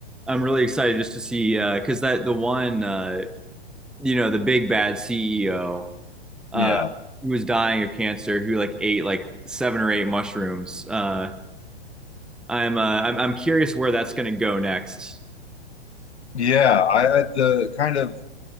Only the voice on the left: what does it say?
yeah,
yeah. I, I the kind of